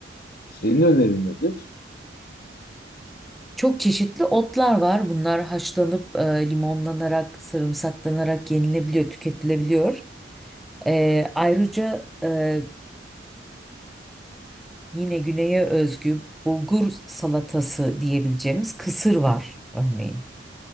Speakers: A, on the left (about 55°); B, in the centre.
A: Senin önerin nedir?
B: Çok çeşitli otlar var. Bunlar haşlanıp e, limonlanarak, sarımsaklanarak yenilebiliyor, tüketilebiliyor. E, ayrıca e, yine güneye özgü bulgur salatası diyebileceğimiz kısır var örneğin.